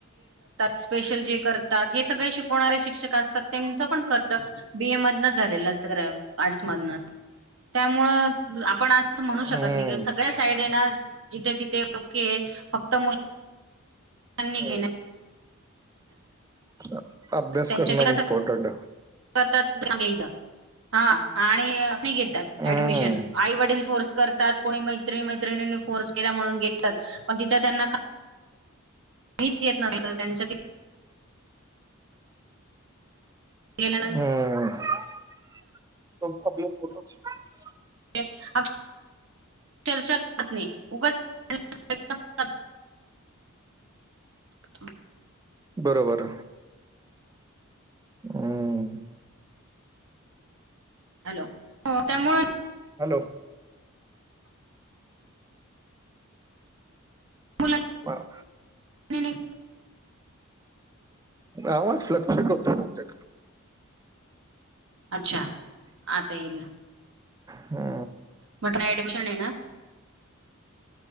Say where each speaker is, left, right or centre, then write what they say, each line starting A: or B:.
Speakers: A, on the right (about 60°); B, on the right (about 15°).
A: स्ेशल जे करात हे सगळे शिकवणारे शिक्षक असतात त्यांच पण ख बीए मधनच झालेलं असं आर्टसमधनच त्यामुळं आपण असं म्हणू शकत
B: हम्म
A: नाही कि सगळ्या साईड ना जिथे तिथे ओके फक्त मुल <unintelligible>
B: हम्म <inaudible>
A: त्यांच्या
B: करणं
A: कड अस
B: इम्पॉर्टंट
A: करतात अनेकदा हा आणि घेतात
B: हम्म
A: ऍडमिशन आई वडील फोर्स करतात कोणी मैत्री मैत्रिन मैत्रिणीनी फोर्स केला म्हणून घेतात पण तिथं त्यांना काहीच येत नसत त्यांच्या ते गेल्यानं
B: हम्म <unintelligible>
A: <unintelligible> चर्षक पत्नी उगच <unintelligible> <inaudible>
B: बरोबर, हम्म.
A: हॅलो, हो त्यामुळे
B: हॅलो.
A: मुलांनी
B: बर.
A: नाही
B: आवाज फ्लक्चुएट होतोय बहुतेक.
A: अच्छा! आता येईल.
B: हा.
A: म्हटल ऍडमिशन आहे ना.